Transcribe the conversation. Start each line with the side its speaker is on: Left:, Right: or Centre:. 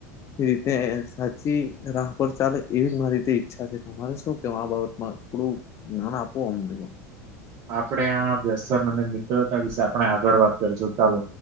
Left: રીતે સાચી રાહ પર ચાલે એવી જ મારી રીતે ઈચ્છા છે તમારે શું કે આ બાબત માં થોડું જ્ઞાન આપો અમને
Right: આપડે આ વ્યસન અને મિત્રતા વિશે આપણે આગળ વાત કરીશું, ચાલો